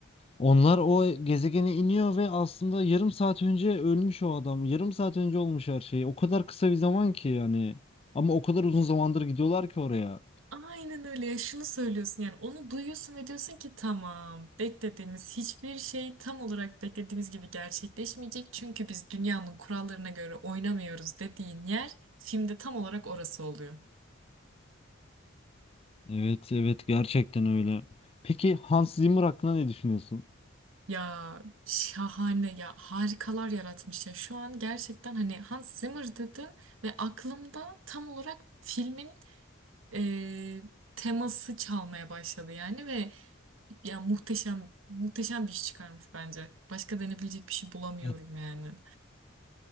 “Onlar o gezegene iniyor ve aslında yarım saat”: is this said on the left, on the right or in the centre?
Left